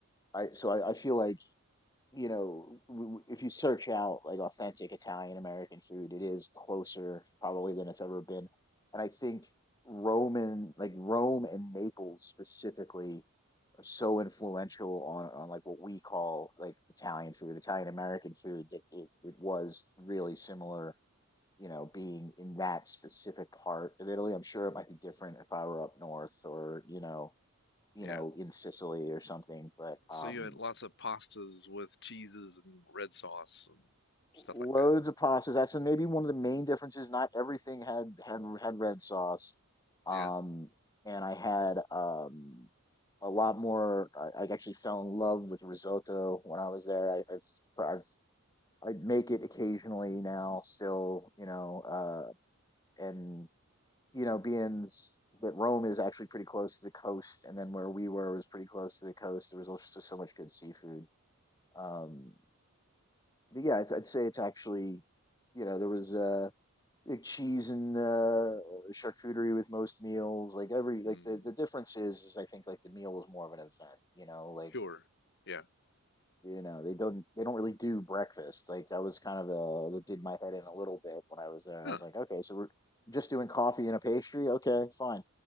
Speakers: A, on the left (about 15°); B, on the left (about 55°).
A: I so I, I feel like you know, w- w- if you search out like authentic Italian American food, it is closer probably than it's ever been. And I think Rome and like Rome and Naples specifically are so influential on on like what we call like Italian food, Italian American food that it, it was really similar, you know, being in that specific part of Italy. I'm sure it might be different if I were up north or, you know, you
B: yeah.
A: know, in Sicily or something, but
B: So
A: um
B: you had lots of pastas with cheeses and red sauce and stuff
A: loads
B: like that.
A: of pasta That's maybe one of the main differences. Not everything had had had red sauce, um,
B: Yeah.
A: and I had um, a lot more. I, I actually fell in love with risotto when I was there. I, I've I've I make it occasionally now, still, you know, uh, and you know, being s- that Rome is actually pretty close to the coast, and then where we were was pretty close to the coast. There was also so so much good seafood. Um, but yeah, I'd, I'd say it's actually, you know, there was. uh, like cheese and uh, charcuterie with most meals. Like every like
B: Mm,
A: the the difference is, is I think like the meal is more of an event. You know, like
B: sure. Yeah.
A: you know they don't they don't really do breakfast. Like that was kind of uh that did my head in a little bit when I was there.
B: Huh.
A: I was like, okay, so we're just doing coffee and a pastry. Okay, fine.